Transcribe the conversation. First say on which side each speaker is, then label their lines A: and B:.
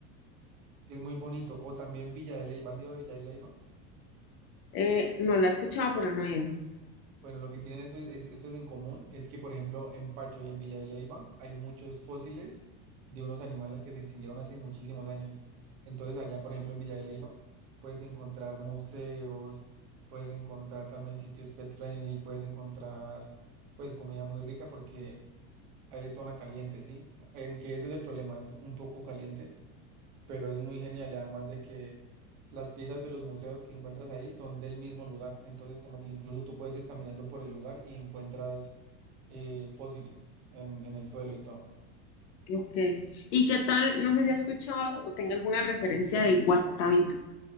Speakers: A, on the right (about 55°); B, on the left (about 45°).
A: Es muy bonito. O también Villa de Leyva. sí, ido Villa de Leyva?
B: eh, no la he escuchado, pero no he ido.
A: Bueno, lo que tienen estos, es- estos en común es que, por ejemplo, en Pacho y en Villa de Leyva hay muchos fósiles de unos animales que se extinguieron hace muchísimos años. Entonces, allá, por ejemplo, en Villa de Leyva, puedes encontrar museos, puedes encontrar también sitios pet friendly, puedes encontrar, pues, comida muy rica porque hay zona caliente, ¿sí? Aunque ese es el problema, es un poco caliente pero es muy genial y además de que las piezas de los museos que encuentras ahí son del mismo lugar, entonces como que incluso tú puedes ir caminando por el lugar y encuentras eh, fósiles en, en el suelo y todo.
B: Ok. ¿Y qué tal? No sé si has escuchado o tenga alguna referencia de Guatavita.